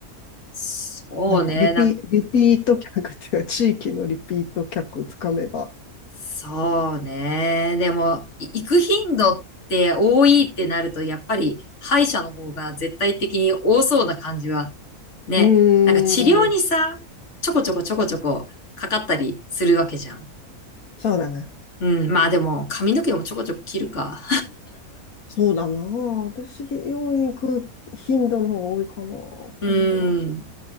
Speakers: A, on the left; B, on the left.
A: そうね。
B: なんかリピ、リピート客っていうか、地域のリピート客つかめば。
A: そうね。でも、い行く頻度って多いってなると、やっぱり歯医者の方が絶対的に多そうな感じは、ね。
B: うーん、
A: なんか治療にさ、ちょこちょこちょこちょこかかったりするわけじゃん。
B: そうだね。
A: うん。まあでも、髪の毛もちょこちょこ切るか。
B: そうだな。私、美容院行く頻度の方が多いかな。わかんないな。
A: <laughs> うん。